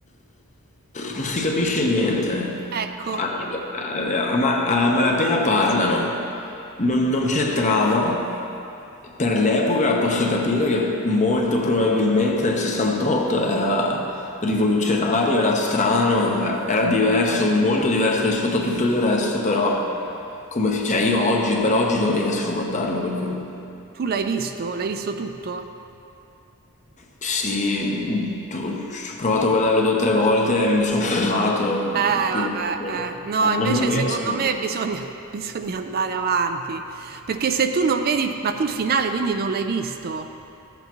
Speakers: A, on the left (about 35°); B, on the right (about 45°).
A: Non si capisce niente.
B: Ecco,
A: A, a- a ma- a malapena parlano. Non, non c'è trama. Per l'epoca posso capire che molto probabilmente nel 68 era rivoluzionario, era strano, era, era diverso, molto diverso rispetto a tutto il resto, però come, cioè io oggi per oggi non riesco a guardarlo quel film.
B: Tu l'hai visto? L'hai visto tutto?
A: Sì, tu- ci ho provato a guardarlo due o tre volte e mi sono fermato.
B: Eh,
A: Più,
B: vabbè,
A: eh,
B: eh. No, invece
A: non, non riesco.
B: secondo me bisogna, <laughs> bisogna andare avanti. Perché se tu non vedi, ma tu il finale quindi non l'hai visto.